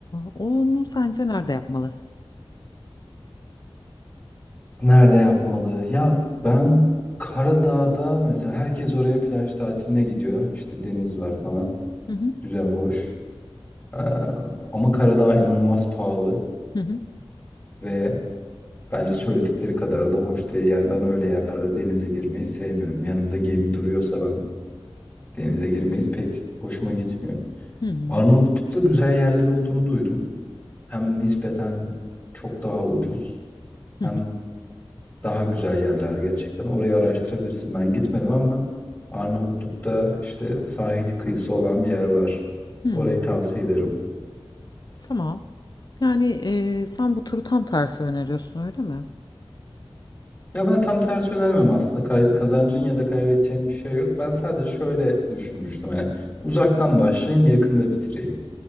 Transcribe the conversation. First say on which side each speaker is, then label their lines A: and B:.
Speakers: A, on the left; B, on the left.
A: onu sence nerede yapmalı?
B: nerede yapmalı? Ya ben Karadağ'da mesela herkes oraya plaj tatiline gidiyor. İşte deniz var falan.
A: Hı hı,
B: Güzel, hoş. Ee, ama Karadağ inanılmaz pahalı
A: hı hı,
B: ve Bence söyledikleri kadar da hoş değil. Yani ben öyle yerlerde denize girmeyi sevmiyorum. Yanımda gemi duruyorsa ben denize girmeyi pek hoşuma gitmiyor.
A: hı hı,
B: Arnavutluk'ta güzel yerler olduğunu duydum. Hem nispeten çok daha ucuz
A: hı
B: hem
A: hı,
B: daha güzel yerler gerçekten. Orayı araştırabilirsin. Ben gitmedim ama Arnavutluk'ta işte sahil kıyısı olan bir yer var.
A: hı.
B: Orayı tavsiye ederim.
A: Tamam. Yani eee, sen bu turu tam tersi öneriyorsun öyle mi?
B: Ya ben tam tersi önermiyorum aslında. Kay- kazancın ya da kaybedeceğin bir şey yok. Ben sadece şöyle düşünmüştüm hani uzaktan başlayayım, yakında bitireyim.